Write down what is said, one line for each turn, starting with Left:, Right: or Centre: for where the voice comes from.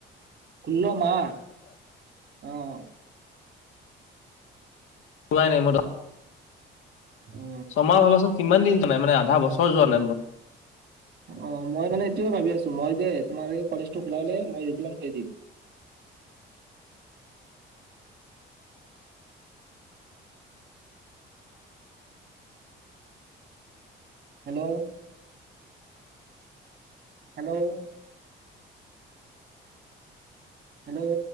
Right: ষোল্ল মাহ অঁ'।
Left: খোলাই নাই মইতো।
Right: অ
Left: ছয় মাহ ভাবাচোন কিমান দিন যোৱা নাই, মানে আধা বছৰ যোৱা নাই মই।
Right: অ' মই মানে এইটোৱে ভাবি আছো মই যে তোমাৰ এই কলেজটো খোলা লে মই ৰেগুলাৰ কৰি দিম। Hello hello hello